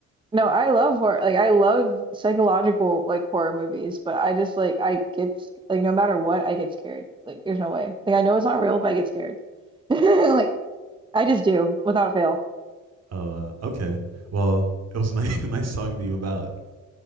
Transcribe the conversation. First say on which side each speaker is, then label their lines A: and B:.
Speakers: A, on the right; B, on the right.
A: No, I love horror. Like I love psychological like horror movies, but I just like I get s- like no matter what, I get scared. Like there's no way. Like I know it's not real, but I get scared. <laughs> Like I just do without fail.
B: Oh, uh, okay. Well, it was nice <laughs> nice talking to you about